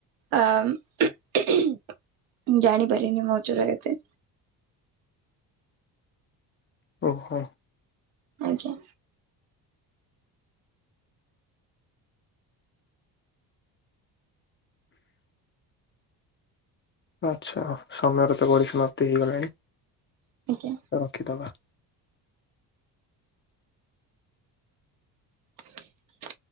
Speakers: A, on the right; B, on the left.
A: ଅ ଆମ୍ ଉ ମୁ ଜାଣିପାରେନି ମୋ ଉଚ୍ଚତା କେତେ।
B: ଓହୋ।
A: ଆଜ୍ଞା।
B: ଆଚ୍ଛା ସମୟର ତ ବଡି ସମାପ୍ତି ହେଇଗଲାଣି
A: ଆଜ୍ଞା।
B: ରଖିଦବା।
A: <inaudible>